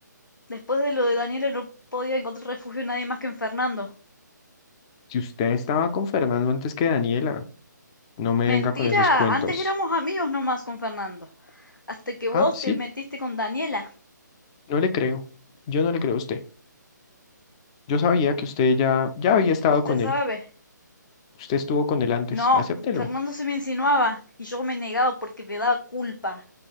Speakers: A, on the left (about 85°); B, on the left (about 15°).
A: Después de lo de Daniela no podía encontrar refugio nadie más que en Fernando.
B: Si usted estaba con Fernando antes que Daniela, no me
A: Mentira,
B: venga con esos cuentos.
A: antes éramos amigos nomás con Fernando. Hasta que vos
B: Ah, sí,
A: te metiste con Daniela.
B: no le creo. Yo no le creo a usted. Yo sabía que usted ya, ya había estado
A: Usted
B: con
A: sabe,
B: él. Usted estuvo con él antes.
A: No,
B: Acéptelo.
A: Fernando se me insinuaba y yo me negaba porque me daba culpa,